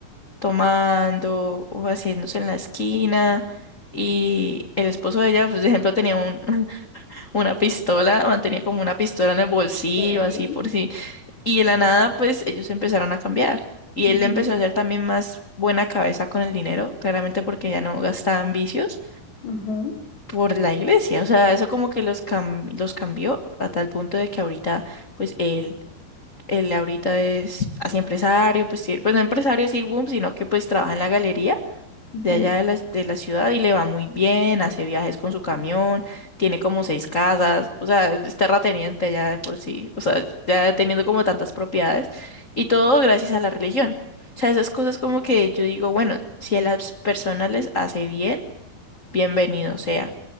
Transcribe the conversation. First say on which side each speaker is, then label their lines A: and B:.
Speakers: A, on the left; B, on the left.
A: tomando o haciéndose en la esquina. Y el esposo de ella, pues, por ejemplo, tenía un, <laughs> una pistola, mantenía como una pistola en el bolsillo,
B: Ok.
A: así por si y de la nada, pues ellos empezaron a cambiar. Y
B: Ujú,
A: él empezó a ser también más buena cabeza con el dinero, claramente porque ya no gastaban vicios
B: ujú,
A: por la iglesia. O sea, eso como que los, cam- los cambió a tal punto de que ahorita, pues él, él ahorita es así empresario, pues, sí, pues no empresario así, boom, sino que pues trabaja en la galería
B: ujú.
A: de allá de la, de la ciudad y le va muy bien, hace viajes con su camión, tiene como seis casas, o sea, es terrateniente ya de por sí, o sea, ya teniendo como tantas propiedades y todo gracias a la religión. O sea, esas cosas como que yo digo, bueno, si a las personas les hace bien, bienvenido sea,